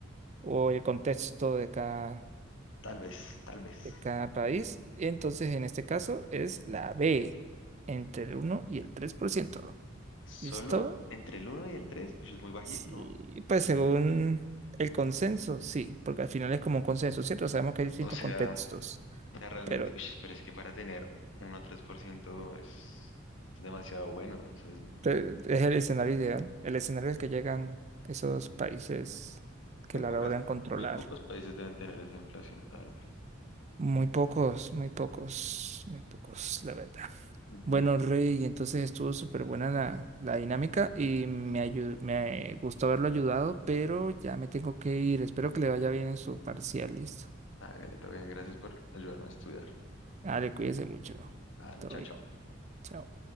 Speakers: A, on the right; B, on the left.
A: o el contexto de cada,
B: Tal vez, tal vez.
A: de cada país. Entonces, en este caso es la B, entre el 1 y el tres por ciento
B: Solo
A: ¿Listo?
B: entre el uno y el tres uy, es muy bajito.
A: Sí, pues según el consenso, sí, porque al final es como un consenso, ¿cierto? Sabemos que hay distintos
B: O sea,
A: contextos,
B: o sea, realmente,
A: pero
B: uy, pero es que para tener uno a 3% es, es demasiado bueno. o sea, es
A: te- es el escenario ideal, el escenario al que llegan esos países
B: Muy
A: que la
B: pocas,
A: logran controlar.
B: muy pocos países deben tener esa inflación, la verdad.
A: Muy pocos, muy pocos, muy pocos, la verdad.
B: Ujú.
A: Bueno, Rey, entonces estuvo súper buena la, la dinámica y me, ayu- me gustó haberlo ayudado, pero ya me tengo que ir. Espero que le vaya bien en su parcial, listo.
B: Hágale, todo bien, gracias por ayudarme a estudiar.
A: Dale, cuídese mucho.
B: Dale,
A: Todo
B: chao,
A: bien.
B: chao.
A: Chao.